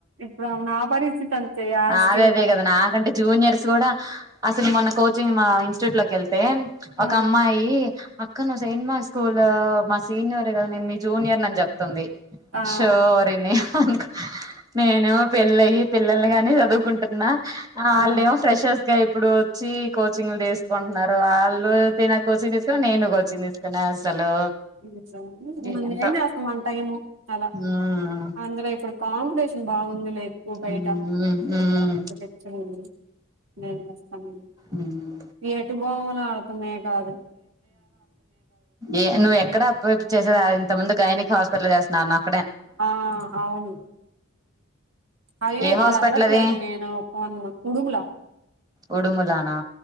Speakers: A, on the right; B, on the right.
A: ఇప్పుడు ఆమె నా పరిస్థితి అంతే యాజ్
B: నాదే
A: స్టీజ్
B: అదే
A: గా
B: నాకంటే జూనియర్స్ గూడా అసలు మొన్న కోచింగ్ మా ఇన్స్టిట్యూట్ లో కె ళ్తే ఒక
A: ఆ
B: అమ్మాయి అక్క నువ్ సెంట్ మా స్కూల్ లో మా సీనియర్ గదా నేను మీ జూనియర్ అని జెప్తుంది
A: ఆ
B: షోరీనింకా నేనేమో పెళ్ళయి పిల్లల్ని కని చదువుకుం టున్నా ఆళ్ళెమో
A: మనం
B: ఫ్రెషర్స్గా ఇప్పుడు వచ్చి కోచింగ్లు దీసుకుంటున్నారు వాళ్ళు తినే కోచింగ్ తీసుకుని నేను కోచింగ్ తీసుకునే అసలు
A: నువ్ ఇప్పుడు
B: ఏంటో
A: ఏం చేస్తాం మన టైము అలా
B: ఉమ్
A: అందులో ఇప్పుడు కాంపిటీషన్ బాగుంది లే ఎక్కువ బయట
B: ఉమ్ ఉమ్
A: పిచ్చ పిచ్చగా నేనోస్తాను
B: ఉమ్
A: ఎటు బోవాలో అర్థమే గాదు
B: ఏ నువ్వు ఎక్కడ చేసేది ఇంత ముందు గైనిక్ హాస్పిటల్ లో జేస్తున్నా అన్నావ్
A: ఆ అవును అయ్యో
B: ఏ
A: ఇప్పుడు
B: హాస్పిటల్
A: యెళ్ళట్లేదు
B: అది
A: నేను ఒక ఉడుములా
B: ఉడుములానా